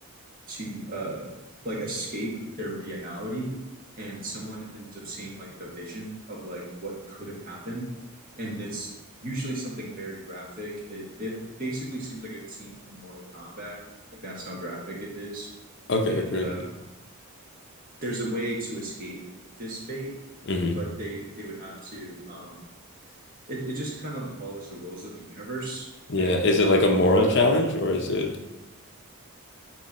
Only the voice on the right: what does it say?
to uh like escape their reality and someone ends up seeing like a vision of like what could have happened and it's usually something very graphic it, it basically seems like a scene from mortal kombat like that's how graphic it is
and
um, there's a way to escape this fate
but they they would have to um it, it just kind of like follows the rules of the universe
and
um
i would